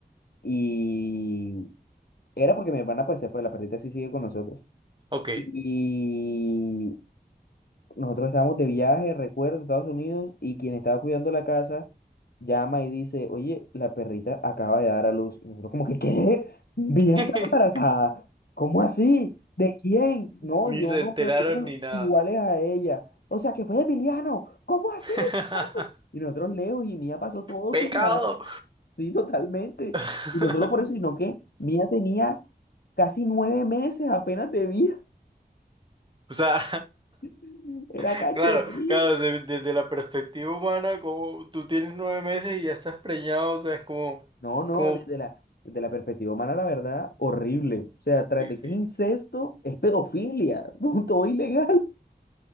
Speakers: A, on the left; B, on the right.
A: y era porque mi hermana pues se fue, la perrita sí sigue con nosotros.
B: ok.
A: Y Nosotros estábamos de viaje, recuerdo, en Estados Unidos, y quien estaba cuidando la casa llama y dice, oye, la perrita acaba de dar a luz. Y nosotros como que, ¿qué? Bien,
B: <laughs>
A: está embarazada. ¿Cómo así? ¿De quién? No,
B: Ni
A: dio
B: se
A: unos
B: enteraron
A: perritos
B: ni nada.
A: iguales a ella. O sea, que fue de Emiliano. ¿Cómo así?
B: <laughs>
A: Y nosotros lejos, y Mía pasó todo
B: ¡Pecado!
A: su embarazo. Sí, totalmente.
B: <laughs>
A: Y no solo por eso, sino que Mía tenía casi nueve meses apenas de vida.
B: O sea,
A: <laughs> Era
B: <laughs>
A: cachorrita.
B: claro, claro, de- desde la perspectiva humana, como tú tienes nueve meses y ya estás preñado, o sea, es como,
A: No, no,
B: como,
A: desde la, desde la perspectiva humana, la verdad, horrible. O sea, tras
B: sí,
A: de
B: sí.
A: que es incesto, es pedofilia, <laughs> punto ilegal.